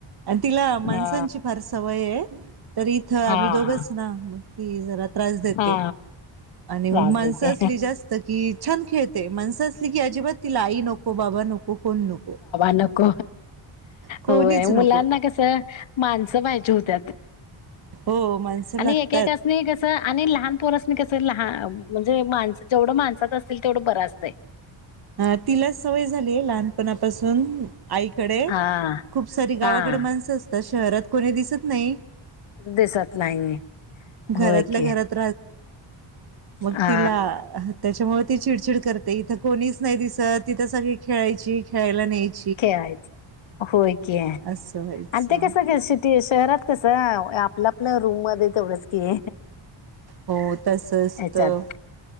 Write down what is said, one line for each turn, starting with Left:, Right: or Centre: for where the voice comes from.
Right: आणि तिला माणसांची
Left: हा
Right: फार सवय आहे. तर इथं आम्ही
Left: हा
Right: दोघंच
Left: हा
Right: ना मग ती जरा त्रास देते.
Left: हा
Right: आणि
Left: त्रास
Right: मग माणसं
Left: देते
Right: असली जास्त. की छान खेळते माणसं असली की अजिबात तिला आई नको बाबा नको कोण नको,
Left: नक
Right: कोणीच
Left: ल,
Right: नको
Left: माणसं पाहिजे होत
Right: हो माणसं
Left: आणि
Right: लागतात
Left: एकका. नाही कसं आणि लहानपोरस कस लह म्हणजे माणस जेवढं माणसात असतील तेवढं बर असतंय,
Right: अ तिला सवय झालीय लहानपणापासून, आईकडे
Left: हा
Right: खूप सारी गावाकडे
Left: हा
Right: माणसं असतात शहरात कोणी दिसत नाही.
Left: दिसत नाही
Right: घरातल्या
Left: होय की,
Right: घरात मग
Left: हा
Right: तिला त्याच्या मुळे चडचिड करते इथ कोणी च, नाही तिस तिथं सगळी खेळायची खेळायला नाहीयची,
Left: खेळायचं होय की
Right: असं व्हायचं
Left: आणि ते कसं खेळ शिक ते शहरात कसं आपल्या आपल्या रूम मध्ये तेवढंच की
Right: हो तसच
Left: ह्याच्यात
Right: तर